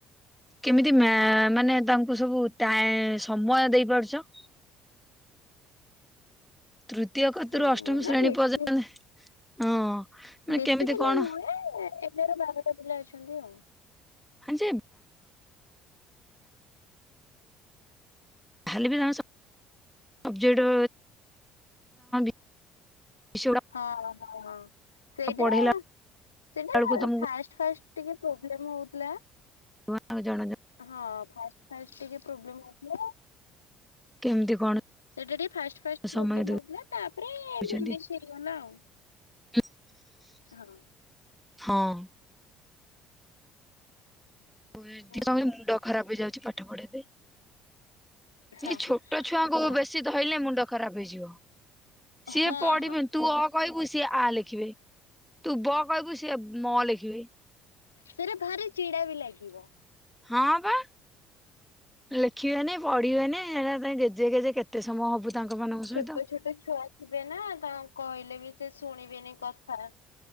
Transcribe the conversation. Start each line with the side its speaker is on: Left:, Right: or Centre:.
Centre: କେମିତି ମା ମାନେ ତାଙ୍କୁ ସବୁ ଟାଏ ସମୟ ଦେଇପାରୁଛ ତୃତୀୟ କତିରୁ
Left: ସେମେ
Centre: ଅଷ୍ଟମ ଶ୍ରେଣୀ
Left: ବେଶୀ
Centre: ପର୍ଯ୍ୟନ୍ତ ହଁ ମାନେ
Left: ବେଶୀ
Centre: କେମିତି
Left: ପିଲା
Centre: କଣ
Left: ନୁହେଁ ଏଗାର ବାରଟା ପିଲା ଅଛନ୍ତି ଆଉ
Centre: ହଁ ଯେ ହେଲେ ବି ତାଙ୍କ ସବ୍ ସବଜେକ୍ଟ <unintelligible> ବିଷୟଗୁଡ଼ା
Left: ହଁ ହଁ ହଁ ସେଇଟା
Centre: ପଢ଼େଇଲା
Left: ସେଇଟା
Centre: ବେଳକୁ
Left: ନା
Centre: ତମକୁ
Left: ଫାଷ୍ଟ ଫାଷ୍ଟ ଟିକେ ପ୍ରୋବ୍ଲେମ ହଉଥିଲା
Centre: ଆଉ ଜଣାଜ
Left: ହଁ ଫାଷ୍ଟ ଫାଷ୍ଟ ଟିକେ ପ୍ରୋବ୍ଲେମ ହଉଥିଲା
Centre: କେମିତି କଣ
Left: ସେଇଟା ଟିକେ ଫାଷ୍ଟ ଫାଷ୍ଟ
Centre: ସମୟ
Left: ପ୍ରୋବ୍ଲେମ ହଉଥିଲା ତାପରେ
Centre: ଦଉଛନ୍ତି?
Left: ଭୁବନେ ହେଇଗଲା ଆଉ
Centre: <inaudible>
Left: ହଁ
Centre: ହଁ ମୁଁ ଏତିକି
Left: ହଁ
Centre: ସମୟରେ ମୁଣ୍ଡ ଖରାପ ହେଇଯାଉଛି ପାଠ ପଢେଇକି ସେଇ
Left: ହଁ
Centre: ଛୋଟ ଛୁଆଙ୍କୁ
Left: ହଁ
Centre: ବେଶୀ ଧଇଲେ ମୁଣ୍ଡ ଖରାପ ହେଇଯିବ ସିଏ
Left: ହଁ
Centre: ପଢିବେ
Left: ହଁ
Centre: ତୁ ଅ କହିବୁ ସିଏ ଆ ଲେଖିବେ ତୁ ବ କହିବୁ ସିଏ ମ ଲେଖିବେ
Left: ସେଇରା ଭାରି ଚିଡା ବି ଲାଗିବ
Centre: ହଁ ବା ଲେଖିବେନି ପଢିବେନିହେରା ତ ଗେଜେ ଗେଜେ କେତେ ସମୟ ହବୁ ତାଙ୍କ ମାନଙ୍କ ସହିତ।
Left: ଛୋଟ ଛୋଟ ଛୁଆ ଥିବେ ନା ତାଙ୍କୁ କହିଲେ ବି ସେ ଶୁଣିବେନି କଥା